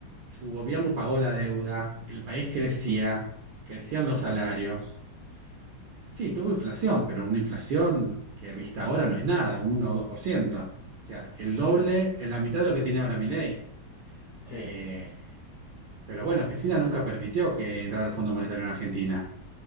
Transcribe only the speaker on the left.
ujú,
mm,
sí,